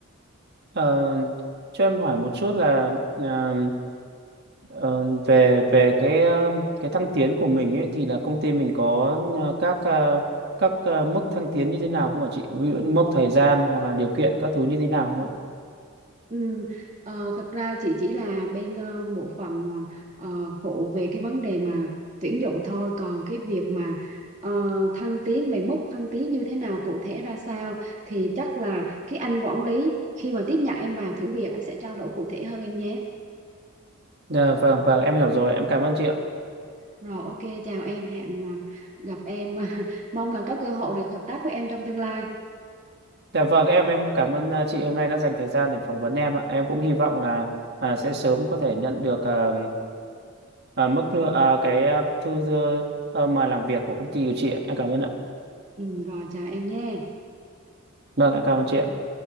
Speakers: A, on the right (about 50°); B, on the right (about 35°).
A: Ờ, cho em hỏi một chút là ờ, ờ, về về cái ờ, cái thăng tiến của mình ấy thì là công ty mình có ờ, các ờ, các ờ, mức thăng tiến như thế nào không ạ chị? Ví dụ như mốc thời gian hoặc là điều kiện các thứ như thế nào không ạ?
B: Ừ, ờ, thật ra chị chỉ là bên ờ, bộ phận ờ, ờ, phụ về cái vấn đề mà tuyển dụng thôi còn cái việc mà ờ, thăng tiến về mức thăng tiến như thế nào cụ thể ra sao thì chắc là cái anh quản lý khi mà tiếp nhận em vào thử việc anh sẽ trao đổi cụ thể hơn em nhé
A: Dạ vâng vâng em hiểu rồi em cảm ơn chị ạ.
B: rồi ok chào em hẹn ờ, gặp em <laughs> mong là có cơ hội được hợp tác với em trong tương lai
A: Dạ vâng, em em cũng cảm ơn à, chị hôm nay đã dành thời gian để phỏng vấn em ạ. Em cũng hy vọng là à, sẽ sớm có thể nhận được à, à, mức lương- à, cái à, thư, thư à, mời làm việc của công ty của chị ạ. Em cảm ơn ạ.
B: ừ, rồi chào em nhé
A: Vâng, em cảm ơn chị ạ.